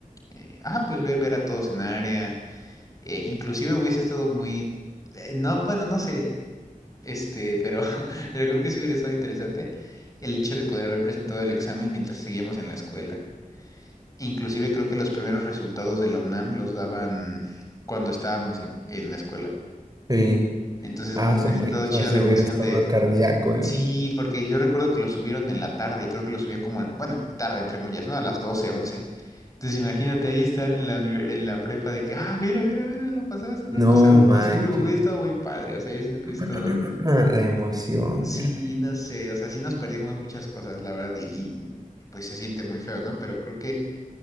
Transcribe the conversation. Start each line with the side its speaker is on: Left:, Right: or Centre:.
Left: eh, ah, pues ver, ver a todos en área. Eh, inclusive hubiese estado muy... eh, no, bueno, no sé. Este, pero, <laughs> pero creo que sí hubiera estado interesante el hecho de poder haber presentado el examen mientras seguíamos en la escuela. Inclusive creo que los primeros resultados de la UNAM los daban cuando estábamos en, en la escuela.
Right: Sí,
Left: Entonces
Right: a
Left: como que
Right: su
Left: hubiese
Right: mecha,
Left: estado chida
Right: si
Left: la emoción
Right: hubiera estado
Left: de,
Right: cardíaco, eh.
Left: Sí, porque yo recuerdo que lo subieron en la tarde y creo que lo subían como, bueno, tarde, entre comillas, ¿no? A las 12 11. Entonces imagínate ahí estar en la, univer- en la prepa de que, ah, mira, mira, mira, lo pasaste. ¿no?
Right: No
Left: O sea,
Right: manches.
Left: no sé, creo que hubiera estado muy padre. O sea, yo siento que
Right: <clears throat>
Left: hubiera estado...
Right: La emoción,
Left: Sí,
Right: caray.
Left: no sé, o sea, sí nos perdimos muchas cosas, la verdad, y, y, pues se siente muy feo, ¿no? Pero creo que,